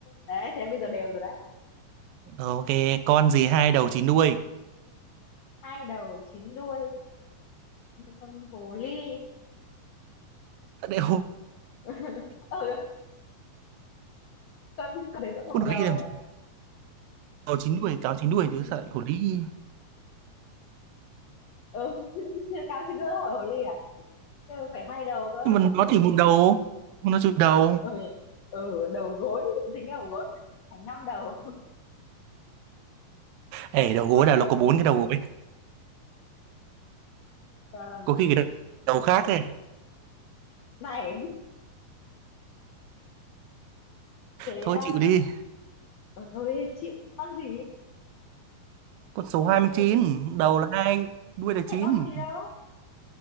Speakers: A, on the left; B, on the right.
A: đấy thế bây giờ đều rồi đấy
B: Ờ, ok con gì hai đầu chín đuôi
A: hai đầu chín đuôi con hồ ly
B: Sao lại hổ
A: <laughs> ừ, con con đấy vẫn
B: con
A: một
B: hổ
A: đầu
B: đi làm
A: nhỉ
B: gì? đầu chín đuôi cáo chín đuôi chứ
A: ừ,
B: sợ hổ đi
A: ừ, <laughs> cáo chín đuôi hỏi hồ ly à nhưng mà phải hai đầu cơ
B: nhưng mà nó chỉ một đầu nó chịu đầu
A: ừ, nhỉ? ừ đầu gối tính cái đầu gối là thành năm đầu
B: ê
A: con phải
B: đầu gối
A: hai
B: là
A: đầu
B: nó có bốn
A: thì đuôi
B: cái đầu gối
A: Ờ,
B: có khi cái đầu đầu khác ấy
A: này thế
B: thôi
A: um,
B: chịu đi
A: ờ, thôi chịu con gì
B: con số
A: con
B: hai
A: gì hay
B: mươi chín
A: con gì
B: đầu là hai đuôi là
A: phải
B: chín
A: con gì đâu